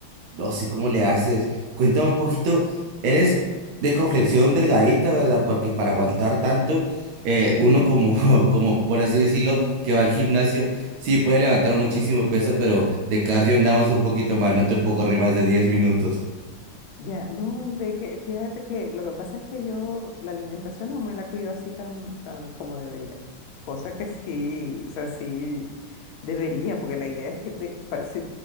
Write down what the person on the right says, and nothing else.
No sé cómo le haces. Cuéntame un poquito. Eres de complexión delgadita, ¿verdad? Porque para aguantar tanto, eh,
uno como,
<laughs> como por así decirlo, que va al gimnasio, sí puede levantar muchísimo peso, pero de cardio andamos un poquito mal. No te puedo correr más de 10 minutos.